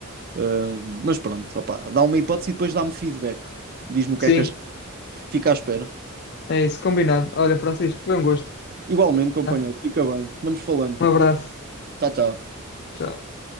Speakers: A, on the right; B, on the left.
A: Ah, mas pronto, opá, dá uma hipótese e depois dá-me feedback. Diz-me o que
B: Sim,
A: é que achas. Fica à espera.
B: é isso, combinado. Olha, Francisco, foi um gosto,
A: Igualmente, companheiro,
B: tá?
A: fica bem. Vamos falando.
B: Um abraço.
A: Tchau, tchau.
B: Tchau.